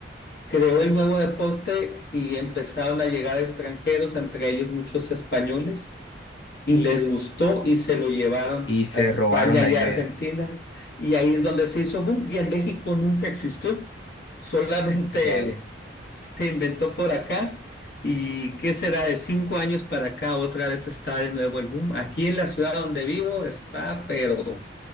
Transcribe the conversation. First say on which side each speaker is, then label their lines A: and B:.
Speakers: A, on the left; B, on the left.
A: creó el nuevo deporte y empezaron a llegar extranjeros, entre ellos muchos españoles y les gustó y se lo llevaron
B: Y se
A: a España
B: robaron la
A: y
B: idea.
A: a Argentina y ahí es donde se hizo boom y en México nunca existió, solamente
B: Vale.
A: <laughs> se inventó por acá y qué será de cinco años para acá otra vez está de nuevo el boom. Aquí en la ciudad donde vivo está pero